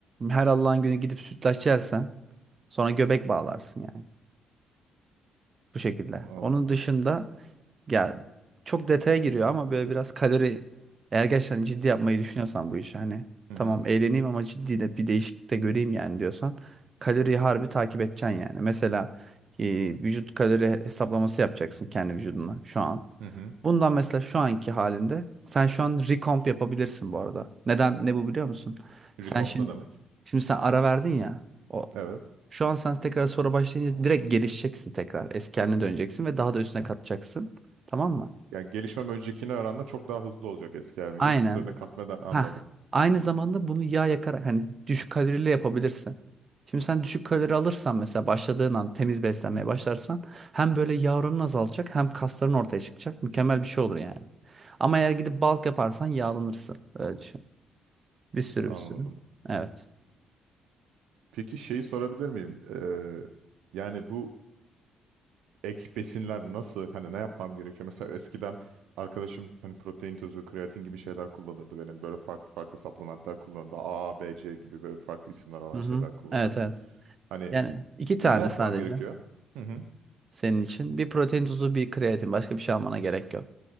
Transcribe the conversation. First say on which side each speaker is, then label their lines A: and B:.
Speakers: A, on the right (about 35°); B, on the right (about 85°).
A: her Allah'ın günü gidip sütlaç yersen sonra göbek bağlarsın yani bu şekilde.
B: Anladım.
A: Onun dışında ya çok detaya giriyor ama böyle biraz kalori eğer gerçekten ciddi yapmayı düşünüyorsan bu işi hani
B: Hı
A: tamam
B: hı.
A: eğleneyim ama ciddi de bir değişiklik de göreyim yani diyorsan kaloriyi harbi takip edeceksin yani. Mesela e, vücut kalori hesaplaması yapacaksın kendi vücuduna şu an.
B: Hı hı.
A: Bundan mesela şu anki halinde sen şu an recomp yapabilirsin bu arada. Neden ne bu biliyor musun? Sen
B: Recomp
A: şimdi
B: ne demek?
A: şimdi sen ara verdin ya. O
B: Evet.
A: şu an sen tekrar sonra başlayınca direkt gelişeceksin tekrar. Eski haline döneceksin ve daha da üstüne katacaksın. Tamam mı?
B: Yani gelişmem öncekine oranla çok daha hızlı olacak eski halime
A: Aynen.
B: gelip üzerine katma da anladım.
A: Ha. Aynı zamanda bunu yağ yakarak hani düşük kalorili yapabilirsin. Şimdi sen düşük kalori alırsan mesela başladığın an temiz beslenmeye
B: Hı hı.
A: başlarsan hem böyle yağ oranın azalacak hem kasların ortaya çıkacak. Mükemmel bir şey olur yani. Ama eğer gidip bulk yaparsan yağlanırsın. Öyle düşün. Bir sürü
B: Anladım.
A: bir sürü. Evet.
B: Peki şeyi sorabilir miyim? Ee, yani bu ek besinler nasıl? Hani ne yapmam gerekiyor? Mesela eskiden arkadaşım hani protein tozu, kreatin gibi şeyler kullanırdı benim. Böyle farklı farklı supplementler kullanırdı. A, A, B, C gibi böyle farklı isimler alan
A: Hı
B: şeyler
A: hı.
B: kullanırdı.
A: Evet evet.
B: Hani
A: Yani iki
B: ne
A: tane
B: yapmam
A: sadece
B: gerekiyor? Hı hı.
A: senin için. Bir protein tozu, bir kreatin. Başka bir şey almana gerek yok.